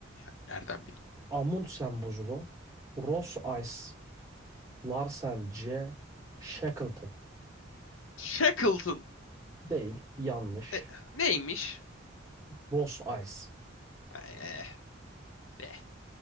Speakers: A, on the left (about 80°); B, on the right (about 15°).
A: ben nereden bileyim?
B: Amundsen buzulu, Ross Ice, Larsen C, Shackleton.
A: Shackleton.
B: Değil, yanlış.
A: E, neymiş?
B: Ross Ice.
A: Eh, eh,